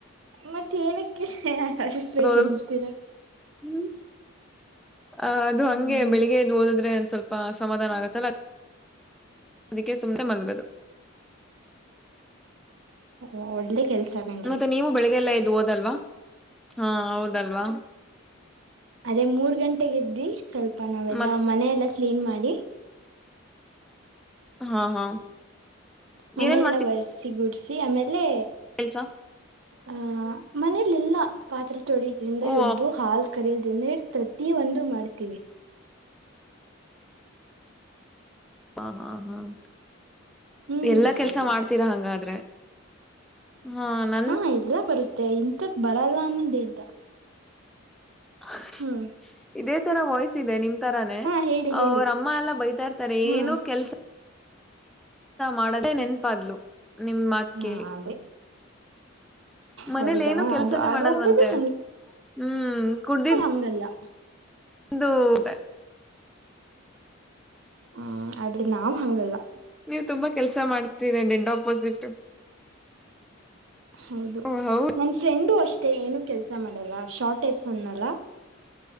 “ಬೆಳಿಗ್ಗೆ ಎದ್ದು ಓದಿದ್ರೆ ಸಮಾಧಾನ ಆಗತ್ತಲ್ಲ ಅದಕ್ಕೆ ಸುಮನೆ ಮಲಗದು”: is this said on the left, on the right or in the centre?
Centre